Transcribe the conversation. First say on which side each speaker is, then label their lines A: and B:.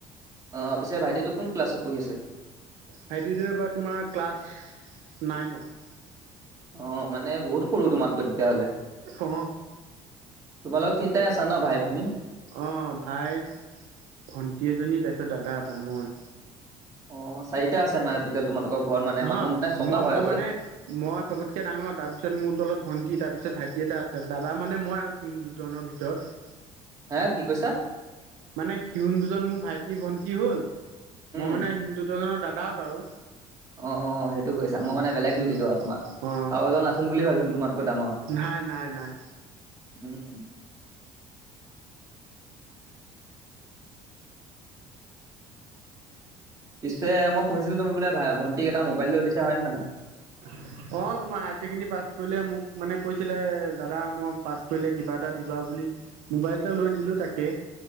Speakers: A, on the right; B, on the right.
A: অ, পিছে ভাইটিটো কোন ক্লাছত পঢ়ি আছে?
B: ভাইটিটো এবাৰ তোমাৰ ক্লাছ নাইনত।
A: অ মানে বহুত সৰু তোমাতকৈ তেতিয়াহ'লে।
B: অ।
A: তোমালোক তিনটাই আছা ন ভাই-ভনী?
B: অ ভাই, ভন্টি এজনী তাৰপিছত দাদা এটা, মই।
A: অ, চাৰিটা আছে মানে টোটেল তোমালোকৰ। ঘৰত মানে
B: নহয়।
A: মানুহ মানে ছটা
B: মই
A: হয়গৈ
B: মই মানে মই চবতকে ডাঙৰ, তাৰ পিছত মোৰ তলত ভণ্টি তাৰপিছত ভাইটি এটা আছে। দাদা মানে মই আৰু <unintelligible> দুজনৰ ভিতৰত।
A: হে কি কৈছা
B: মানে সিউন দুজন মোৰ ভাইটি-ভন্টি হ'ল,
A: উম
B: মই মানে ইন দুজনৰ দা লাভ আৰু।
A: অ, অ সেইটো কৈছা।
B: অ
A: মই মানে
B: সেইটো
A: বেলেগ বুজিলো
B: কৈছো
A: আৰু তোমাৰ
B: অ।
A: আৰু এজন আছিল বুলি ভাবিছিলো তোমাতকৈ ডাঙৰ।
B: নাই, নাই, নাই।
A: উম। পিছে মই শুনিছিলো তুমি বোলে ভা ভণ্টিক এটা মোবাইল লৈ দিছা হয় নে নহয়?
B: অ, তোমাৰ হায়াৰ ছেকেণ্ডৰী পাছ কৰিলে মোক মানে কৈছিলে দাদা মই পাছ কৰিলে কিবা এটা দিবা। বুলি মোবাইল এটা লৈ দিলো তাকে।